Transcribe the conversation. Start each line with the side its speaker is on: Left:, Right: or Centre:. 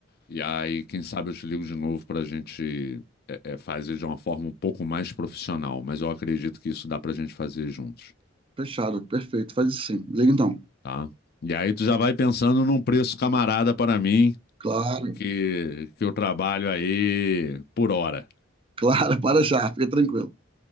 Left: E aí, quem sabe eu te ligo de novo para a gente é, é, fazer de uma forma um pouco mais profissional, mas eu acredito que isso dá para a gente fazer juntos,
Right: Fechado, perfeito, faz isso sim. Liga então.
Left: tá? E aí tu já vai pensando num preço camarada para mim,
Right: Claro.
Left: que, que eu trabalho aí por hora,
Right: Claro, <laughs> para já, fica tranquilo.